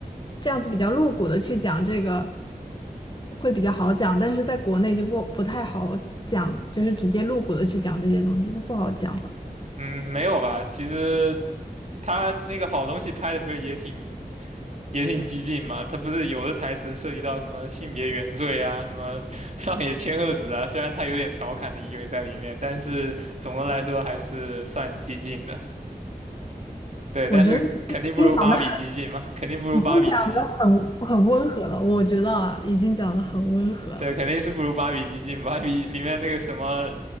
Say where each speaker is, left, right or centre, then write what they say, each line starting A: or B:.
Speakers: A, on the left; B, on the right.
A: 这样子比较露骨的去讲这个会比较好讲，但是在国内就不不太好讲，就是直接露骨的去讲这些东西，它不好讲。吧。
B: 嗯，没有吧？其实他那个好东西拍的不是也挺也挺激进嘛？他不是有的台词涉及到什么性别原罪啊，什么 <laughs> 上野千鹤子啊，虽然他有点调侃的意味在里面，但是总的来说还是算激进的。对，
A: 我觉得已经讲的很，
B: 但是肯定不如芭比激进嘛，肯定不如芭比激进。
A: 已经讲的很很温和了。我觉得啊，已经讲的很温和了，
B: 对，肯定是不如芭比激进。芭比里面那个什么，